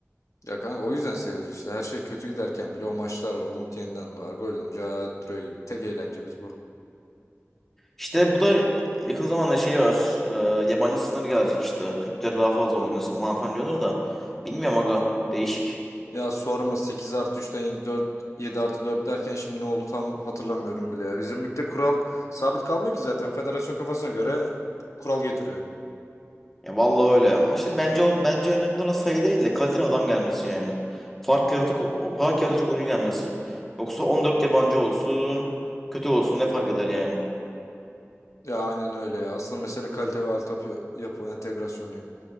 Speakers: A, on the left; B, in the centre.
A: Ya kanka o yüzden seviyoruz işte. Her şey kötü giderken bile o maçlar var. Umut yeniden doğar. Gol olunca hayat duruyor gibi. Tek eğlencemiz bu.
B: İşte bu da yakın zamanda şey var. e, yabancı sınır gelecek işte. Türkler daha fazla oynasın falan filan diyorlar da. Bilmiyorum aga. Değişik.
A: Ya sorma 8 artı üçten 7 dört 7 artı 4 derken şimdi ne oldu tam hatırlamıyorum bile ya. Bizim ligde kural sabit kalmıyor ki zaten. Federasyon kafasına göre kural getiriyor.
B: Ya vallahi öyle. Ama işte bence o- bence önemli olan sayı değil de kaliteli adam gelmesi yani. Fark yaratık fark yaratacak oyuncu gelmesi. Yoksa 14 yabancı olsun, kötü olsun ne fark eder yani?
A: Ya aynen öyle ya. Asıl mesele kalite ve altyapı yapı entegrasyonu. ya.